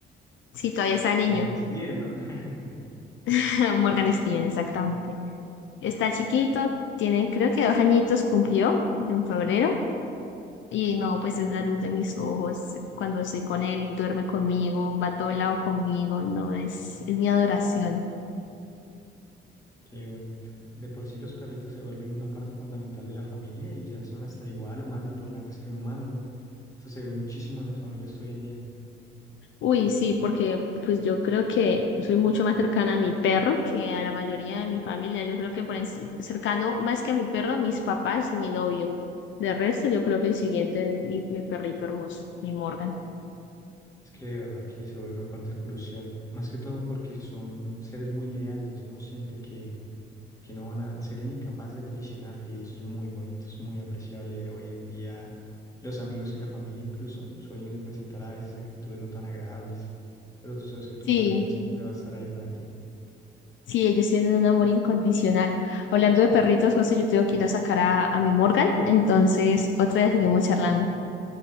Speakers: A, on the left (about 70°); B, on the left (about 15°).
A: sí, todavía está niño,
B: Morgan Steven, ¿no? <laughs>
A: <laughs> Morgan Steven, exactamente. Está chiquito, tiene creo que dos añitos cumplió en febrero y no, pues es la luz de mis ojos. Cuando estoy con él, duerme conmigo, va a todo lado conmigo, no, es, es mi adoración.
B: Qué bonito. De por sí los perritos se vuelven una parte fundamental de la familia y ya son hasta igual o más importantes que un humano, ¿no? Eso se ve muchísimo en las familias hoy en día.
A: Uy, sí, porque pues yo creo que soy mucho más cercana a mi perro que a la mayoría de mi familia. Yo creo que por enci- cercano más que a mi perro, a mis papás y mi novio. De resto, yo creo que el siguiente es mi, mi perrito hermoso, mi Morgan.
B: Es que de verdad que se vuelven parte crucial, más que todo porque son seres muy leales, uno siente que, que no van a, serían incapaces de traicionarte y eso es muy bonito, es muy apreciable. Hoy en día los amigos y la familia incluso suelen presentar a veces actitudes no tan agradables, pero tú sabes que tu
A: Sí,
B: perrito siempre va a estar ahí para ti.
A: sí, ellos tienen un amor incondicional. Hablando de perritos, José, yo tengo que ir a sacar a, a mi Morgan, entonces otro día seguimos charlando.